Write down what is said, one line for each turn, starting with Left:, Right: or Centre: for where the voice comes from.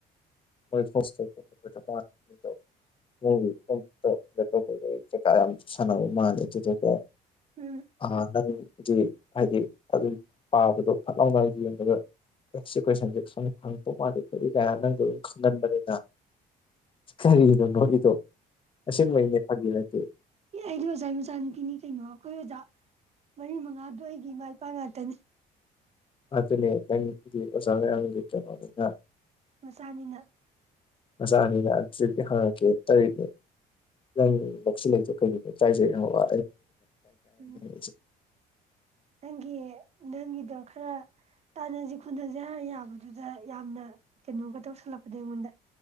Left: ꯍꯣꯢ <unintelligible> ꯅꯪꯒꯤ ꯐꯣꯔꯝ ꯐꯤꯜꯑꯞ ꯇꯧꯕꯒꯤ ꯀꯩꯀꯥ ꯌꯥꯝ ꯁꯥꯟꯅꯕ ꯃꯥꯜꯂꯦ ꯑꯗꯨꯗꯨꯒ
Right: ꯎꯝ
Left: ꯑꯥ ꯅꯪ ꯗꯤ ꯍꯥꯏꯗꯤ ꯑꯗꯨꯝ ꯄꯥꯕꯗꯣ ꯐꯠ ꯂꯥꯎꯅ ꯌꯦꯡꯉꯒ ꯑꯦꯁ ꯁꯤ ꯀꯣꯏꯁꯟꯁꯦ ꯍꯪ ꯍꯪꯔꯛꯇꯧ ꯃꯥꯜꯂꯤ ꯈꯣꯠꯂꯤ ꯍꯥꯢꯔ ꯅꯪꯗꯣ ꯑꯗꯨꯝ ꯈꯪꯒꯟꯕꯅꯦ ꯀꯔꯤꯅꯣ ꯅꯣꯛꯏꯗꯣ ꯑꯁꯤꯕꯩꯅꯦ ꯐꯪꯒꯤ ꯅꯠꯇꯦ
Right: ꯑꯦ ꯏꯗꯣꯝꯆꯥꯒꯤ ꯃꯆꯥꯅꯨꯄꯤꯅꯤ ꯀꯩꯅꯣ ꯑꯩꯈꯣꯏ ꯑꯣꯖꯥ ꯃꯔꯤ ꯃꯉꯥꯗꯣ ꯑꯩꯒꯤ ꯏꯃꯥ ꯏꯄꯥ ꯉꯥꯛꯇꯅꯦ
Left: ꯑꯗꯨꯅꯦ ꯅꯪꯗꯤ ꯑꯣꯖꯥ ꯃꯌꯥꯝꯒꯤ ꯀꯩꯅꯣꯅꯤꯅ
Right: ꯃꯆꯥꯅꯤꯅ
Left: ꯃꯆꯥꯅꯤꯅ ꯑꯗꯨꯗꯨꯒꯤ ꯍꯥꯡꯉꯛꯀꯦꯅ ꯇꯧꯔꯤꯅꯦ ꯅꯪ ꯅꯣꯛꯁꯤꯜꯂꯤꯗꯣ ꯀꯩꯒꯤꯅꯣ ꯏꯀꯥꯏꯖꯩ ꯍꯥꯏꯕ
Right: ꯎꯝ
Left: <unintelligible>
Right: ꯅꯪꯒꯤ ꯅꯪꯒꯤꯗꯣ ꯈꯔ ꯇꯥꯟꯅꯁꯤ ꯈꯣꯟꯅꯁꯤ ꯍꯥꯏꯔ ꯌꯥꯕꯗꯨꯗ ꯌꯥꯝꯅ ꯀꯩꯅꯣꯒ ꯇꯧꯁꯜꯂꯛꯄꯗꯣ ꯑꯩꯉꯣꯟꯗ